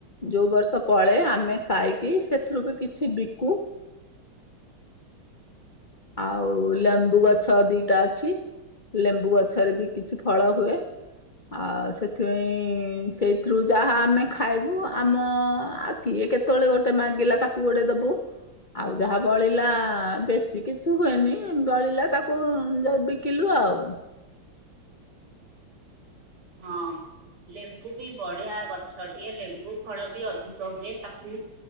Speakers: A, on the left; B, on the right.
A: ଯୋଉ ବର୍ଷ ଫଳେ ଆମେ ଖାଇକି ସେଥିରୁ ବି କିଛି ବିକୁ
B: <inaudible>
A: ଆଉ ଲେମ୍ବୁ ଗଛ ଦିଟା ଅଛି ଲେମ୍ବୁ ଗଛରେ ବି କିଛି ଫଳ ହୁଏ। ଆ ସେଥିପାଇଁ ସେଇଥିରୁ ଯା ଆ ଆମେ ଖାଇବୁ ଆମ ଆ କିଏ କେତେବେଳେ ଗୋଟେ ମାଗିଲା ତାକୁ ଗୋଟେ ଦବୁ ଆଉ ଯାହା ବଳିଲା ବେଶୀ କିଛି ହୁଏନି ବଳିଲା ତାକୁ ବିକିଲୁ। ଆଉ।
B: ହଁ। ଲେମ୍ବୁ ବି ବଢିଆ ଗଛଟିଏ ଲେମ୍ବୁ ଫଳ ବି ଅଧିକ ହୁଏ ତାକୁ